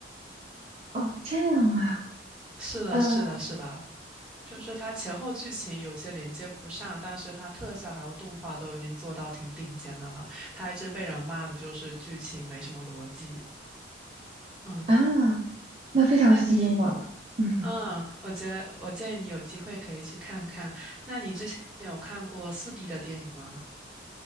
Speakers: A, on the right; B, in the centre.
A: 哦，这样啊，
B: 是的，
A: 呃
B: 是的，是的，就是它前后剧情有些连接不上，但是它特效还有动画都已经做到挺顶尖的了。它一直被人骂的就是剧情没什么逻辑。嗯，
A: 啊，那非常吸引我了。
B: 那你，
A: 嗯，
B: 嗯，我觉得我建议你有机会可以去看看。那你之前有看过四 d 的电影吗？